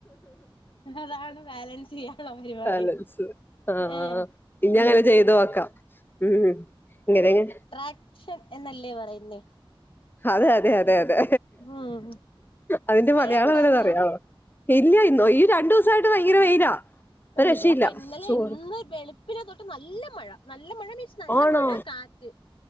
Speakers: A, on the left (about 70°); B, on the left (about 20°).
A: അതാണ് ബാലൻസ് ചെയ്യാനുള്ള പരിപാടി.
B: ബാലൻസ് ആഹ്
A: ഏഹ്
B: ഇനി അങ്ങനെ ചെയ്ത് നോക്കാം. ഉം ഇങ്ങനെങ്ങ്
A: ട്രാക്ഷൻ എന്നല്ലേ പറയുന്നേ.
B: അതെ അതെ അതെ അതെ.
A: ഉം
B: അതിന്റെ
A: മഴയുണ്ടോ
B: മലയാളം ഒന്നറിയാവൊ.?
A: ഇന്ന്
B: ശെരിയാ ഇന്ന് ഓ ഈ രണ്ടൂസയിട്ട് ഭയങ്കര വെയിലാ. ഒരു രക്ഷയില്ല
A: ഇവിടപ്പ ഇന്നലെ
B: ചൂട്
A: ഇന്ന് വെളുപ്പിനെ തൊട്ട് നല്ല മഴ. നല്ല മഴ മീൻസ് നല്ല
B: ആണോ
A: മഴ കാറ്റ്